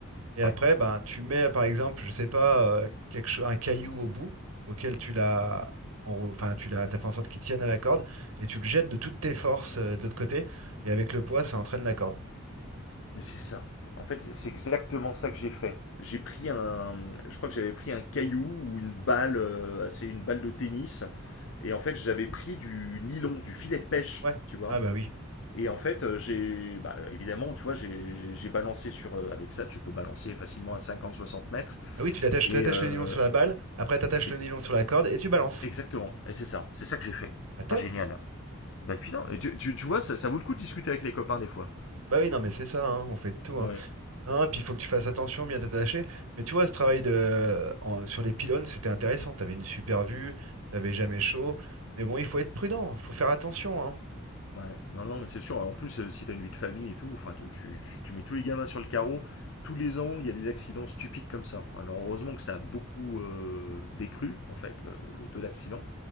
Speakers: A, on the right (about 85°); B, on the left (about 60°).
A: Et
B: ouais.
A: après, ben, tu mets, par exemple, je sais pas, euh, quelque cho- un caillou au bout auquel tu l'as, enrou- enfin, tu l'as, t'as fait en sorte qu'il tienne à la corde et tu le jettes de toutes tes forces euh, de l'autre côté et avec le poids, ça entraîne la corde.
B: Mais c'est ça. En fait, c'est- exactement ça que j'ai fait. J'ai pris un, je crois que j'avais pris un caillou ou une balle, euh, assez une balle de tennis, et en fait j'avais pris du nylon, du filet de pêche,
A: Ouais.
B: tu vois.
A: Ah bah oui.
B: Et en fait, euh, j'ai, bah, évidemment, tu vois, j'ai j'ai- j'ai balancé sur, euh, avec ça, tu peux balancer facilement à 50-60 mètres.
A: Ah oui, tu l'attaches,
B: Et
A: t'attaches
B: euh,
A: le nylon sur la balle, après t'attaches
B: ex-
A: le nylon sur la corde et tu balances.
B: exactement, et c'est ça, c'est ça que j'ai fait.
A: Bah top.
B: Ah génial. Bah putain, et tu, tu, tu vois, ça, ça vaut le coup de discuter avec les copains des fois.
A: Bah oui, non, mais c'est ça, hein, on fait de tout. Hein.
B: Ouais.
A: Non, puis il faut que tu fasses attention, bien t'attacher. Mais tu vois, ce travail de... en- sur les pylônes, c'était intéressant. T'avais une super vue, t'avais jamais chaud. Mais bon, il faut être prudent, faut faire attention. hein.
B: Ouais, non, non, mais c'est sûr. En plus, euh, si t'as une vie de famille et tout, enfin, tu, tu- tu mets tous les gamins sur le carreau. Tous les ans, il y a des accidents stupides comme ça. Alors, heureusement que ça a beaucoup euh, décru, en fait, le, le taux d'accident